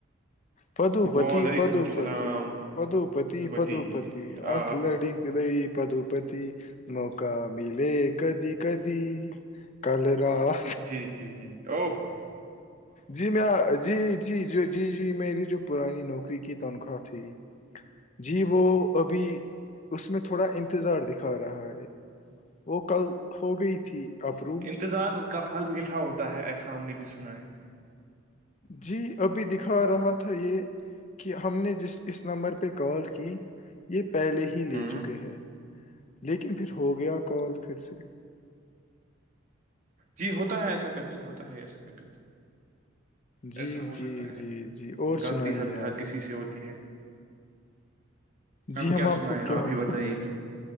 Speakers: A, on the left; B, on the right.
A: پدوپتی
B: وعلیکم
A: پدوپت
B: السلام
A: پدوپتی
B: دھوپتی
A: پدوپتی
B: آ
A: آخ لڑی رو پدوپتی نوکا ملے کدھی کدھی کل را
B: جی جی جی اوہو
A: جی میں جی جی جی جی جی میری جو پرانی نوکری کی تنخواہ تھی جی وہ ابھی اس میں تھوڑا انتظار د کھا رہا ہے وہ کل ہو گئی تھی اپروو
B: تظار کا پھل میٹھا ہوتا ہے ایحسا ہم نے بھی سنا ہے
A: جی ابھی دکھا رہا تھا یہ کہ ہم نے جس اس نمبر پہ کال کی یہ پہلے ہی لے
B: ہوں
A: چکے ہے لیکن پھر ہو گیا کال پھر سے
B: جی ہوتا ہے ایسا کبھی ہوتا ہے ایسا کبھی
A: جی
B: ایسا ہو سکتا
A: جی
B: ہے
A: جی جی اور
B: غلطی
A: سنائیے
B: ہر
A: آپ
B: کسی سے ہوتی ہے
A: جی
B: ہم کیا سنائیے
A: کو
B: ہے
A: کیا
B: آپ ہی
A: بولے
B: بتائیے کہ